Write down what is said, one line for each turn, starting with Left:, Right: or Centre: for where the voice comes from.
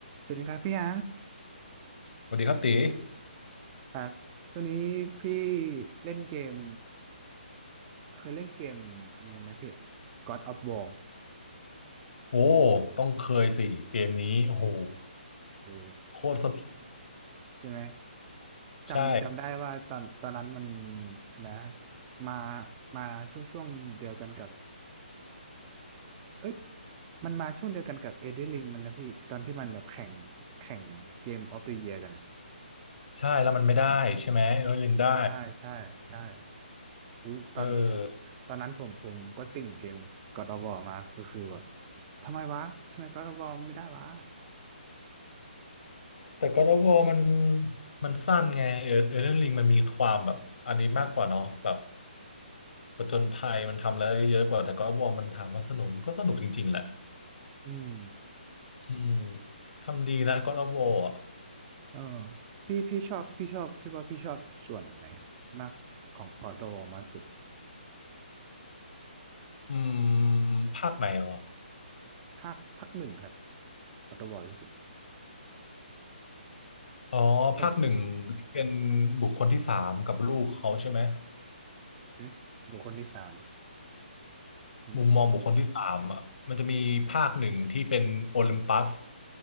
Right: สวัสดีครับพี่ยัง
Left: สวัสดีครับตี
Right: ครับช่วงนี้พี่เล่นเกมเคยเล่นเกมอะไรไหมพี่ God of War
Left: โอ้ต้องเคยสิเกมนี้โอ้โห
Right: โอ้
Left: โคตรสนุก
Right: ใช่ไหม
Left: ใช่
Right: จำจำได้ว่าตอนตอนนั้นมันอันนะมามาช่วงช่วงเดียวกันกับเอ้ยมันมาช่วงเดียวกันกับ Elden Ring มันนะพี่ตอนที่มันแบบแข่งแข่งเกม of the Year กันนะ
Left: ใช่แล้วมันไม่ได้ใช่ไหมแล้วยังได้
Right: ใช่ใช่ใช่อุ๊ยตอน
Left: เออ
Right: ตอนนั้นผมผมก็ติ่งเกม God of War มาก็คือแบบทำไมวะทำไม God of War ไม่ได้วะ
Left: แต่ God of War มันมันสั้นไงเออ Elden Ring มันมีความแบบอันนี้มากกว่าเนาะแบบประจนภัยมันทำแล้วเยอะกว่าแต่ God of War มันถามว่าสนุกก็สนุกจริงๆแหละ
Right: อืม
Left: อืมทำดีนะ God of War อ่ะ
Right: เออพี่พี่ชอบพี่ชอบพี่ว่าพี่ชอบส่วนไหนมากของกอดอวมากสุด
Left: อืมภาคไหนอ๋อ
Right: ภาคภาคหนึ่งครับกอดอวจริง
Left: อ๋อภาคหนึ่งที่เป็น
Right: ๆโอ้
Left: บุคคลที่สามกับลูกเขาใช่ไหม
Right: อืมบุคคลที่สามอืม
Left: มุมมองบุคคลที่สามอ่ะมันจะมีภาคหนึ่งที่เป็นโอลิมปัส